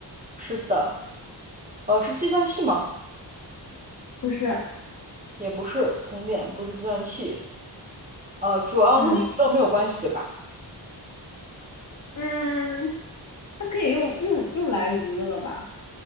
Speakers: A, on the right (about 20°); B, on the left (about 45°).
A: 是的，呃，是计算器吗？
B: 不是，
A: 也不是，通电不是计算器，呃，主要那跟娱乐没有关系，
B: 嗯
A: 对吧？
B: 嗯，它可以用用用来娱乐吧？